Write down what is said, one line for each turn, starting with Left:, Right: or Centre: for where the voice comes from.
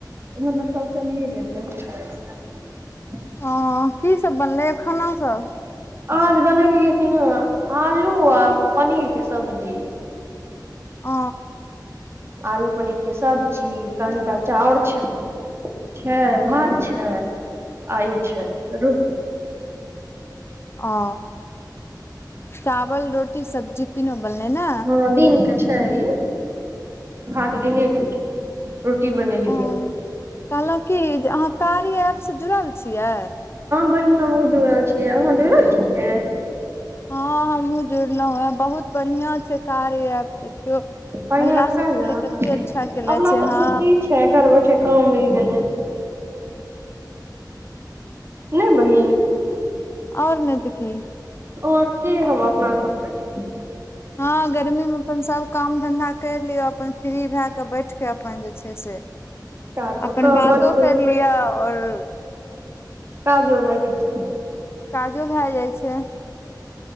Right: मतलब कल चलिए <unintelligible>
Left: ह की सब बनलैए खाना सब
Right: आज बनेलियै कि ह आलू आ पनीरके सब्जी
Left: ह
Right: आलू पनीरके सब्जी कणटाा चाउर छै छै भात छै आ ई छै रोटी
Left: ओ चावल रोटी सब्जी तीनो बनल ने
Right: हँ दिन के छै भाग दिने के छै रोटी बनेलियै
Left: ओ कहलहुँ की जे अहाँ कारी ऐपसँ जुड़ल छियै
Right: हमँ जुड़ल छियै अहाँ जुड़ल छियै
Left: हँ हमहुँ जुड़लउ हेँ बहुत बढ़िआं छै कार्य ऐप देखियौ
Right: बढ़िया
Left: महिला
Right: छै
Left: सबके
Right: ने
Left: लिए कते अच्छा कनेे
Right: अपना
Left: छै
Right: सबके
Left: हँ
Right: की छै घर बैठे काम मिल गेलै नहि बहिन
Left: ओर नहि देखऽ की
Right: ओर की हम अपना सबकछु
Left: हँ गर्मी मे अपन सभ काम धंधा कर लियौ अपन फ्री भए क बैठ के अपन जे छै <unintelligible> से
Right: काज ओकर
Left: अपन बातो
Right: बड
Left: कर लिय आऔर
Right: ताजो भए जाइ छै
Left: काजो भए जाइ छै